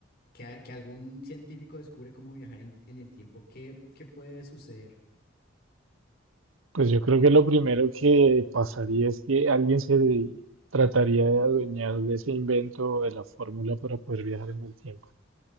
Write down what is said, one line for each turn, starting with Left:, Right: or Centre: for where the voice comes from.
Left: que, a- que algún científico descubre cómo viajar en, en el tiempo, ¿qué, qué puede suceder?
Right: Pues yo creo que lo primero que pasaría es que alguien se de- trataría de adueñar de ese invento o de la fórmula para poder viajar en el tiempo.